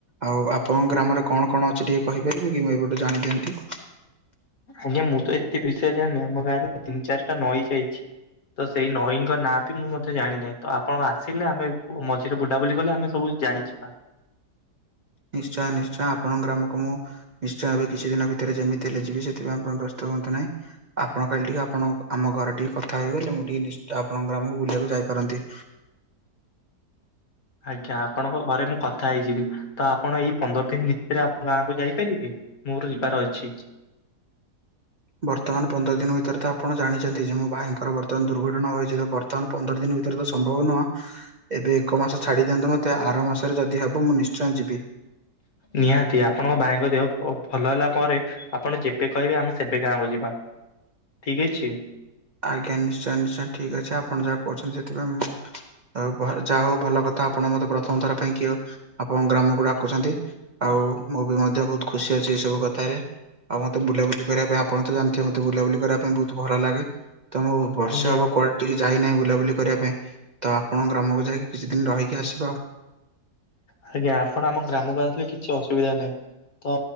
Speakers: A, on the right; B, on the left.
A: ଆଉ ଆପଣଙ୍କ ଗ୍ରାମରେ କଣ କଣ ଅଛି ଟିକେ କହିପାରିବେ କି? ମୁଁ ଏପଟୁ ଜାଣି ଦିଅନ୍ତି।
B: ଆଜ୍ଞା ମୁଁ ତ ଏତେ ବିଷୟରେ ଜାଣିନି ଆମ ଗାଁରେ ତିନି ଚାରିଟା ନଈ ଯାଇଛି। ତ ସେଇ ନଈଙ୍କ ନାଁ ବି ମୁଁ ମଧ୍ୟ ଜାଣିିନାହିଁ ତ ଆପଣ ଆସିଲେ ଆମେ ମଝିରେ ବୁଲା ବୁଲି ଗଲେ ଆମେ ସବୁ ଜାଣିଛିବା।
A: ନିଶ୍ଚୟ ନିଶ୍ଚୟ ଆପଣଙ୍କ ଗ୍ରାମକୁ ମୁଁ ନିଶ୍ଚୟ ଏବେ କିଛି ଦିନ ଭିତରେ ଯେମିତି ହେଲେ ଯିବି ସେଥିପାଇଁ ଆପଣ ବ୍ୟସ୍ତ ହୁଅନ୍ତୁ ନାହିଁ। ଆପଣ କାଲି ଟିକେ ଆପଣ ଆମ ଘରେ ଟିକେ କଥା ହେଇଗଲେ ମୁଁ ଟିକେ ନିଶ୍ଚ ଆପଣଙ୍କ ଗ୍ରାମକୁ ବୁଲିବାକୁ ଯାଇପାରନ୍ତି।
B: ଆଜ୍ଞା ଆପଣଙ୍କ ଘରେ ମୁଁ କଥା ହେଇଯିବି। ତ ଆପଣ ଏଇ ପନ୍ଦର ଦିନ ଭିତରେ ଆମ ଗାଁକୁ ଯାଇପାରିବେ? ମୋର ଯିବାର ଅଛି।
A: ବର୍ତ୍ତମାନ ପନ୍ଦର ଦିନ ଭିତରେ ତ ଆପଣ ଜାଣିଚନ୍ତି ଯେ ମୋ ଭାଇଙ୍କର ବର୍ତ୍ତମାନ ଦୁର୍ଘଟଣା ହୋଇଚି ତ ବର୍ ତମାନ ପନ୍ଦର ଦିନ ଭିତରେ ତ ସମ୍ଭବ ନୁହଁ। ଏବେ ଏକ ମାସ ଛାଡି ଦିଅନ୍ତୁ ମୋତେ ଆର ମାସରେ ଯଦି ହେବ ମୁଁ ନିଶ୍ଚୟ ଯିବି।
B: ନିହାତି ଆପଣଙ୍କ ଭାଇଙ୍କ ଦେହ ପ-ଭଲ ହେଲା ପରେ ଆପଣ ଯେବେ କହିବେ ଆମେ ସେବେ ଗାଁକୁ ଯିବା ଠିକ ଅଛି?
A: ଆଜ୍ଞା ନିଶ୍ଚୟ ନିଶ୍ଚୟ ଠିକ ଅଛି ଆପଣ ଯାହା କହୁଛନ୍ତି ସେଥିପାଇଁ ମୁଁ ଓ ଘର ଯାହା ହଉ ଭଲ କଥା ଆପଣ ମୋତେ ପ୍ରଥମ ଥର ପାଇଁ କିଏ ଆପଣ ଗ୍ରାମକୁ ଡାକୁଛନ୍ତି। ଆଉ ମୁଁ ବି ମଧ୍ୟ ବହୁତ ଖୁସି ଅଛି ଏଇ ସବୁ କଥାରେ। ଆଉ ମୋତେ ବୁଲାବୁଲି କରିବା ପାଇଁ ଆପଣ ତ ଜାଣିଥିବେ ମୋତେ ବୁଲାବୁଲି କରିବା ପାଇଁ ବହୁତ ଭଲ ଲାଗେ। ତ ମୁଁ ବର୍ଷେ
B: ଆଜ୍ଞା
A: ହବ କୁଆଡ କିଛି ଯାଇ ନାହିଁ ବୁଲାବୁଲି କରିବା ପାଇଁ ତ ଆପଣଙ୍କ ଗ୍ରାମକୁ ଯାଇକି କିଛି ଦିନ ରହିକି ଆସିବା।
B: ଆଜ୍ଞା ଆପଣ ଆମ ଗ୍ରାମକୁ ଆସିଲେ କିଛି ଅସୁବିଧା ନାହିଁ। ତ